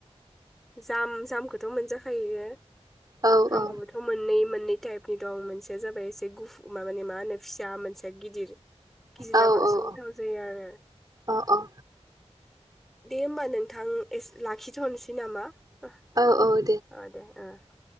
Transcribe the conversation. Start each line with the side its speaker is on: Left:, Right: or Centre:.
Centre: जाम जामखौथ' मोनजाखायो
Right: औ
Centre: सामफ्रामबोथ'
Right: औ
Centre: मोननै मोननै टाइपनि दं मोनसेया जाबाय एसे गुफ मा होनो फिसा मोनसेया गिदिर गिदिरा
Right: औ औ
Centre: बांसिन गोथाव जायो आरो
Right: औ औ औ
Centre: दे होमबा नोंथां एस लाखिथ'नोसै सै नामा? ओ
Right: औ औ
Centre: ओ दे ओ